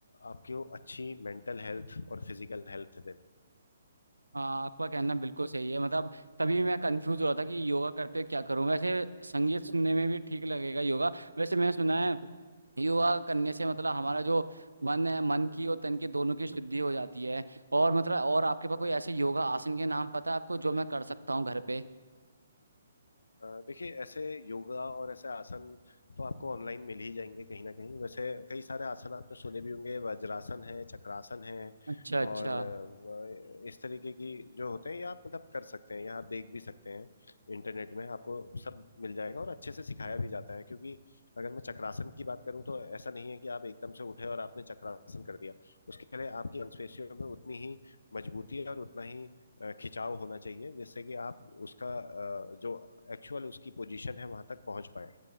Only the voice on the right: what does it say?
हाँ आपका कहना बिल्कुल सही है मतलब तभी मैं कंफ्यूज हो रहा था कि योगा करते हुए क्या करूँ वैसे संगीत सुनने में भी ठीक लगेगा योगा वैसे मैंने सुना है योगा करने से मतलब हमारा जो मन है मन की और तन की दोनों की शुद्धि हो जाती है और मतलब और आपके पास कोई ऐसे योगा आसन के नाम पता है आपको जो मैं कर सकता हूँ घर पे
अच्छा अच्छा